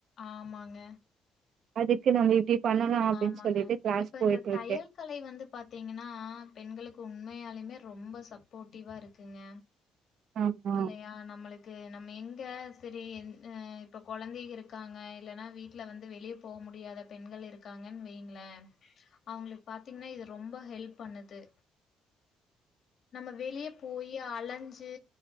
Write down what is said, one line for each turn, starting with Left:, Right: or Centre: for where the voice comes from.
Left: ஆமாங்க,
Right: அதுக்கு நம்ம இப்பிடி பண்ணலா அப்டின்னு
Left: ஆமாங்க.
Right: சொல்லிட்டு கிளாஸ்
Left: இப்ப
Right: போய்ட்டுருக்கே
Left: இந்த தையல் கலை வந்து பாத்தீங்கன்னா பெண்களுக்கு உண்மயாலுமே ரொம்ப சப்போர்ட்டிவா இருக்குங்க
Right: ஆமா
Left: இல்லயா நம்மளுக் கு நம்ம எங்க செரி இப்ப குழந்தைங்க இருக்காங்க இல்லன்னா வீட்டுல வந்து வெளிய போ முடியாத பெண்கள் இருக் இருக்காங்கன்னு வைங்ளே அவுங்களுக்கு பாத்தீங்ன்னா இது ரொம்ப ஹெல்ப் பண்ணுது நம்ம வெளிய போயி அலஞ்சி